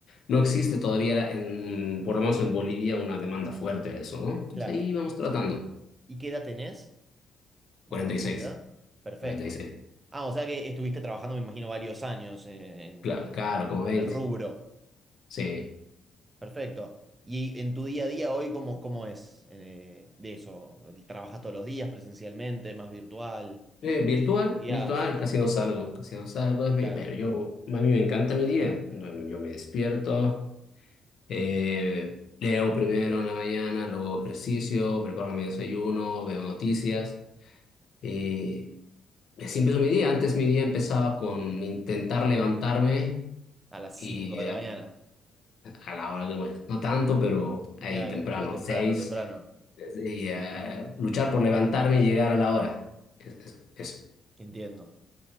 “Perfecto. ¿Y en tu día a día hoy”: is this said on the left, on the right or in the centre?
Right